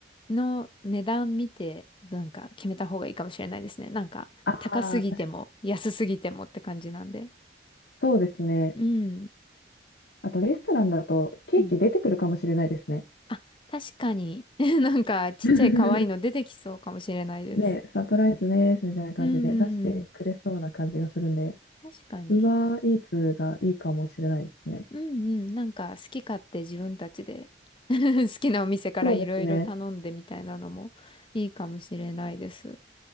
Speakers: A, on the left; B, on the left.
A: の値段見て、なんか決めた方がいいかもしれないですね。なんか、
B: ああ、
A: 高すぎても、
B: 確かに。
A: 安すぎてもって感じなんで。
B: そうですね。
A: うん。
B: あとレストランだとケーキ出てくるかもしれないですね。
A: うん。あ、確かに。<laughs> なんか、ちっちゃい可愛いの出てきそうかもしれないです。
B: <laughs> ね、サプライズですみたいな感じで出してくれそうな感じがするんで、
A: うんうんうん。確かに。
B: ウーバーイーツがいいかもしれないですね。
A: うんうん。なんか、好き勝手自分たちで <laughs> 好きなお店からいろいろ頼んでみたいなのもいいかもしれないです。
B: そうですね。